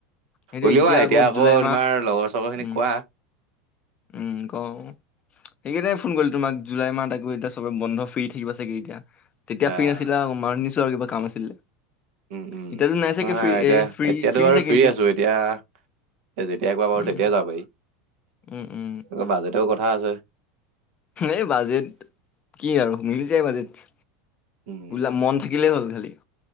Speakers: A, on the left; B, on the right.
A: সেইটোয়ে
B: উলিওৱা এতিয়া আকৌ
A: জুলাই মাহ
B: তোমাৰ লগৰ চাগৰ খিনিক
A: উম
B: কোৱা।
A: উম। কও সেইকেইটাই ফোন কৰিলে তোমাক জুলাই মাহ থাকিব এতিয়া চবে বন্ধ ফ্ৰী থাকিব চাগে এতিয়া। তেতিয়া
B: আহ
A: ফ্ৰী নাছিলা মানিছো আৰু কিবা কাম আছিলে।
B: উম, উম
A: এতিয়াতো চাগে
B: নাই
A: ফ্ৰী
B: এতিয়া,
A: এ ফ্ৰী
B: এতিয়াতো বাৰু
A: চাগে
B: ফ্ৰী আছো এতিয়া। এ'যেতিয়া কোৱা বাৰু
A: উম,
B: তেতিয়াই যাব পাৰি
A: উম, উম,
B: বাজেটও কথা আছে।
A: এই বাজেট কি আৰু মিলি যায় বাজেট।
B: উম
A: ওলা মন থাকিলেই হ'ল খালি।